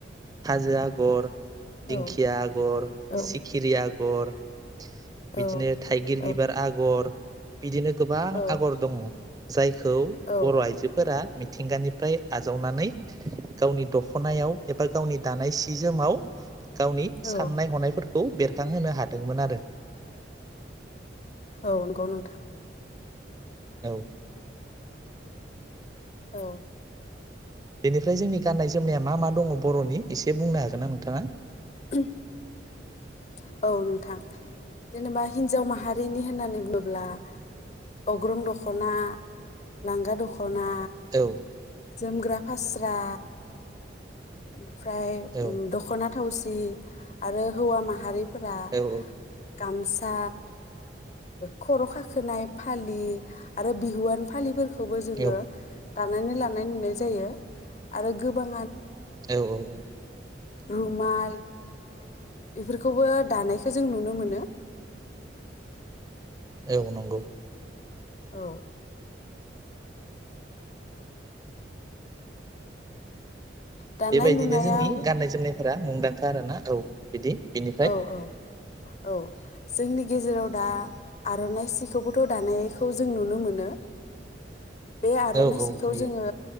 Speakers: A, on the right (about 20°); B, on the left (about 40°).
A: हाजो आगर दिंखिया
B: औ
A: आगर
B: औ
A: सिखिरि आगर अर
B: औ
A: बिदिनो थाइगिर
B: औ
A: बिबार आगर बिदिनो गोबां
B: औ
A: आगर दङ। जाय खौ
B: औ
A: बर' आइजोफोरा मिथिंगानिफ्राय आजावनानै गावनि दख'नायाव एबा गावनि दानाय सि जोमाव गावनि साननाय
B: औ
A: हनायफोर खौ बेरखांहोनो हादोंमोन आरो।
B: औ नंगौ नोंथां।
A: औ
B: औ
A: बेनिफ्राय जोंनि गाननाय जोमनाया मा मा दङ बर'नि एसे बुंनो हागोननां नोंथाङा?
B: <unintelligible> औ नोंथां जेनेबा हिनजाव माहारिनि होननानै बुङोब्ला अग्रं दख'ना लांगा दख दख'ना
A: औ
B: जोमग्रा फास्रा <unintelligible> फ्राय
A: औ
B: दख'ना थावसि आरो हौवा मा हारि फोरा
A: औ
B: गामसा खर' खाखोनाय फालि आरो बिहुवान फालि फोर खौबो जोङो
A: औ
B: दानानै लानाय नुनाय जायो आरो गोबां
A: औ औ औ
B: रुमाल बेफोरखौबो दानायखौ जों नुनो मोनो।
A: औ नंगौ।
B: औ दानाय
A: बेबायदिनो
B: लुनायाव
A: जोंनि गाननाय जोमनाय फोरा मुंदांखा आरोना औ बिदि बिनिफ्राय
B: औ औ औ जोंनि गेजेराव दा आर'नाइ सिखौबोथ' दानायखौ जों नुनो मोनो। बे आर'नाइ
A: औ औ
B: सिखौ
A: नुयो
B: जोङो